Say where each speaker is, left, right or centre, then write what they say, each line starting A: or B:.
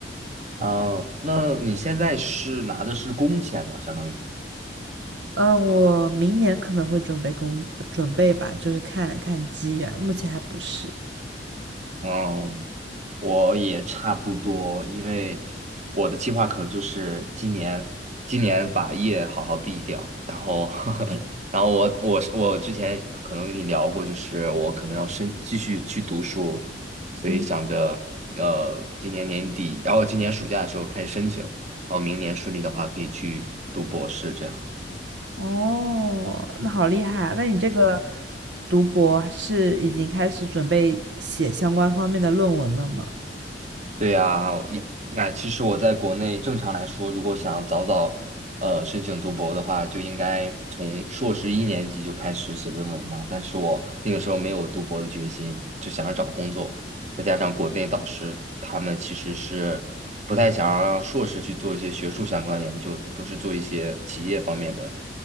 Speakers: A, on the right (about 40°); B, on the right (about 85°).
A: 啊、那你现在是拿的是工钱吗？相当于，
B: 嗯，我明年可能会准备工准备吧，就是看看机缘，目前还不是。
A: 嗯，我也差不多，因为我的计划可能就是今年，今年把业好好毕掉，然后，<laughs> 然后我我是我之前可能跟你聊过，就是我可能要深继续去读书，所以想着呃今年年底，
B: 嗯。
A: 然后今年暑假的时候开始申请，然后明年顺利的话可以去读博士这样。
B: 哦，那好厉害啊！那你这个读博是已经开始准备写相关方面的论文了吗？
A: 对呀，一那其实我在国内正常来说，如果想早早呃申请读博的话，就应该从硕士一年级就开始写论文嘛。但是我那个时候没有读博的决心，就想着找工作，再加上国内导师他们其实是不太想让硕士去做一些学术相关研究的，都是做一些企业方面的